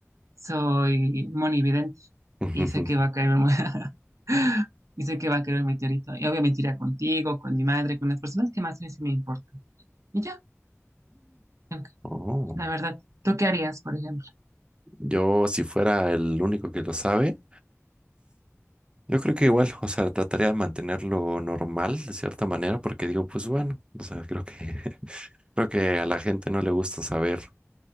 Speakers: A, on the right; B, on the right.
A: Soy monividente
B: <laughs>
A: y sé que va a caer un... <laughs> y sé que va a caer un meteorito. Y obviamente irá contigo, con mi madre, con las personas que más me, sí me importan. Y ya, ok,
B: Oh,
A: la verdad. ¿Tú qué harías, por ejemplo?
B: yo si fuera el único que lo sabe, yo creo que igual, o sea, trataría de mantenerlo normal de cierta manera, porque digo, pues bueno, o sea, creo que <laughs> creo que a la gente no le gusta saber